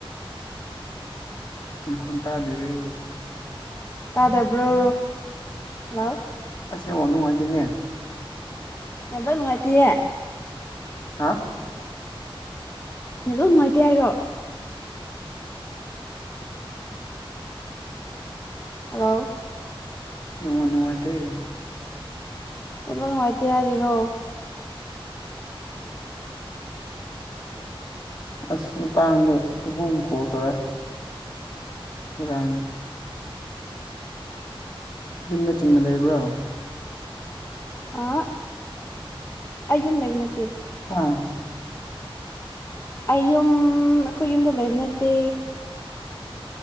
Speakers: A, on the left; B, on the left.
A: ꯈꯟꯇꯗꯔꯦ
B: ꯇꯥꯗꯕ꯭ꯔꯣ ꯂꯑꯣ
A: ꯑꯁꯅꯦꯕ ꯅꯨꯡꯉꯥꯏꯇꯦꯅꯦ
B: ꯌꯦꯇ ꯅꯨꯡꯉꯥꯏꯇꯌꯦ
A: ꯍꯥ
B: ꯅ ꯂꯣꯏ ꯅꯨꯡꯉꯥꯏꯇꯦ ꯍꯥꯏꯔꯣ ꯍꯜꯂꯣ
A: ꯏꯉ ꯅꯅꯨꯡꯥꯏꯇꯦ
B: ꯅ ꯅꯨꯡꯉꯥꯏꯇꯦ ꯌꯥꯔꯤꯔꯣ
A: ꯑꯁ ꯃꯇꯥꯡꯗ ꯏꯕꯨꯡ ꯀꯣꯜ ꯇꯧꯔꯦ ꯏꯅ ꯌꯨꯝꯗ ꯆꯨꯝꯅ ꯂꯩꯕ꯭ꯔꯣ
B: ꯑ ꯑꯩꯌꯨꯝ ꯂꯩꯕ ꯅꯠꯇꯦ
A: ꯑꯥ
B: ꯑꯩ ꯌꯨꯝ ꯑꯩꯈꯣꯏ ꯌꯨꯝꯗ ꯂꯩꯕ ꯅꯠꯇꯦ